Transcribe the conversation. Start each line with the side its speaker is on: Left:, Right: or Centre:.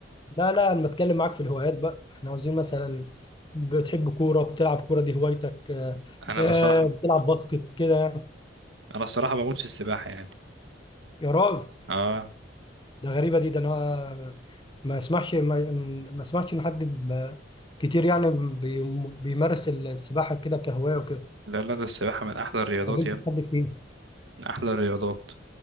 Left: لا لا انا بتكلم معاك في الهوايات بقى احنا عاوزين مثلا بتحب كورة بتلعب كورة دي هوايتك آه
Right: <laughs> انا
Left: آه،
Right: بصراحه
Left: بتلعب باسكت كده يعني.
Right: انا الصراحه بموت في السباحه يعني
Left: يا راجل
Right: اه
Left: ده غريبة دي ده انا ما اسمعش ما, ما اسمعش ان حد ب- كتير يعني بي- بيمارس السباحة كده كهواية وكده
Right: لا لا ده السباحه من احلى الرياضات
Left: ما قابلتش
Right: يا ابني
Left: حد كتير
Right: من احلى الرياضات